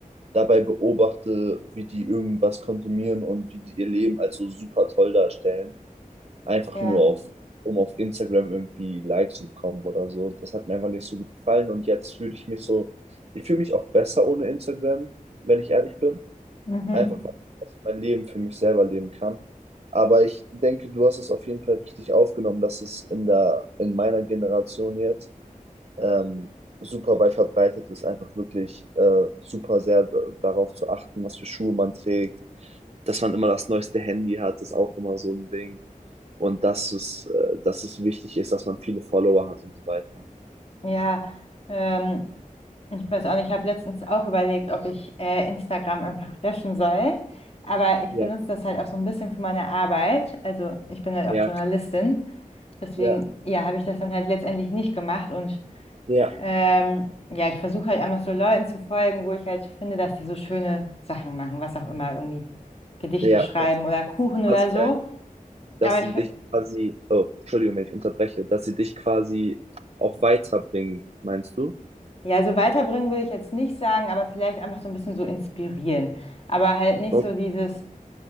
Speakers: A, on the right; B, on the left.
A: dabei beobachte, wie die irgendwas konsumieren und wie die ihr Leben als so super toll darstellen einfach
B: Ja,
A: nur auf, um auf Instagram irgendwie Likes zu bekommen oder so. Das hat mir einfach nicht so gut gefallen und jetzt fühle ich mich so, ich fühle mich auch besser ohne Instagram, wenn ich ehrlich bin.
B: mhm.
A: Einfach weil ich mein Leben für mich selber leben kann. Aber ich denke, du hast es auf jeden Fall richtig aufgenommen, dass es in der, in meiner Generation jetzt ähm, super weit verbreitet ist, einfach wirklich äh, super sehr d- darauf zu achten, was für Schuhe man trägt, dass man immer das neueste Handy hat, ist auch immer so ein Ding. Und dass es, äh, dass es wichtig ist, dass man viele Follower hat und so weiter.
B: Ja, ähm, ich weiß auch nicht, ich habe letztens auch überlegt, ob ich äh, Instagram einfach löschen soll. Aber ich
A: Ja,
B: benutze das halt auch so ein bisschen für meine Arbeit. Also ich bin halt auch
A: ja,
B: Journalistin. Deswegen,
A: ja,
B: ja, habe ich das dann halt letztendlich nicht gemacht. Und
A: ja,
B: ähm, ja, ich versuche halt einfach so Leuten zu folgen, wo ich halt finde, dass die so schöne Sachen machen, was auch immer, irgendwie Gedichte
A: ja.
B: schreiben
A: Das,
B: oder Kuchen
A: das ist
B: oder
A: quasi
B: so.
A: dein, dass
B: Aber
A: sie
B: ich,
A: dich quasi, oh, Entschuldigung, wenn ich unterbreche, dass sie dich quasi auch weiterbringen, meinst du?
B: Ja, also weiterbringen würde ich jetzt nicht sagen, aber vielleicht einfach so ein bisschen so inspirieren. Aber halt nicht
A: Okay.
B: so dieses,